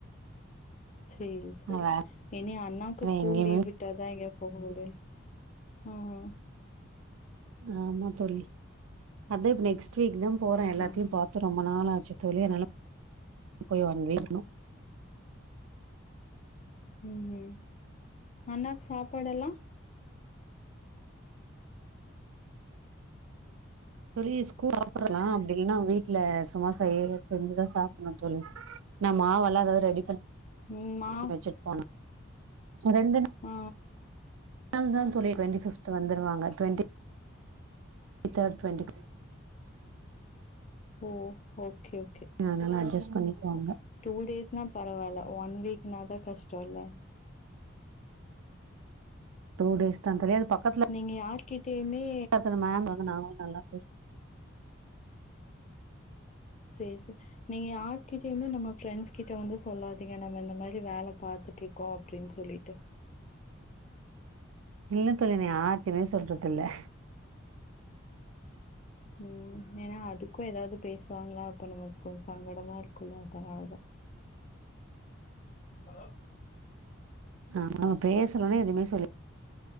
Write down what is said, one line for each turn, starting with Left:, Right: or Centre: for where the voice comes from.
Left: சேரி செரி.
Right: வேற
Left: இனி அண்ணாக்கு ஸ்கூல்
Right: எங்கேயுமே
Left: லீவ் விட்டாதா எங்கயா போக முடியு ஆஹ
Right: ஆமா தோழி அதா இப்ப நெக்ஸ்ட் வீக்தா போற எல்லாத்தையு
Left: ஆமா.
Right: பாத் து ரொம்ப நாள் ஆச்சு தோழி அதனால <inaudible> போய் வங்கேருக்கணு
Left: ம் ம் அண்ணாக்கு சாப்பாடுல்லா
Right: வெளிய ஸ்கூல் <inaudible> சாப்பட்லா அப்டில்லன்னா வீட்ல சும்மா செய்ய செஞ்சுதா சாப்புனு தோழி நா மாவெல்லா எதாது ரெடி பண்ணி <inaudible>
Left: ம். மா
Right: வெச்சட்டு போனு அ ரெண்டு நா
Left: ஆ
Right: ள்தா தோழி டுவென்டி ஃபிஃப்த் வந்துருவாங்க டுவெண்ட்டி <inaudible> தேர்டு டுவெண்ட்டி
Left: ஓ ஓகே ஓகே
Right: அதனால அட்ஜஸ் பண்ணக்குவாங்க
Left: டூ டேஸ்னா பரவால்ல ஒன் வீக்னாதா கஷ்டோல்ல
Right: டூ டேஸ்தா தோழி அது பக்கத்துல
Left: நீங்க யார்க்கிட்டயுமே
Right: பேசுன மேம் அதா நாங்களு நல்லா பேசு
Left: சேர் சே நீங்க யார் கிட்டயுமே நம்ம ஃப்ரெண்ட்ஸ் கிட்ட வந்து சொல்லாதீங்க நம்ம இந்த மாரி வேல பாத்துட்ருக் கோ அப்டின் சொல்லிட்டு
Right: இல்ல தோழி நா யார்டயுமே சொல்றதில்ல
Left: ம் ஏனா அதுக்கு ஏதாவது பேசுவாங்ளா அப்ப நமக் கொஞ் சங்கடமா இருக்குல்ல அதனால தா ஹலோ
Right: ஆமா பேசறதே எதுமே சொல்லி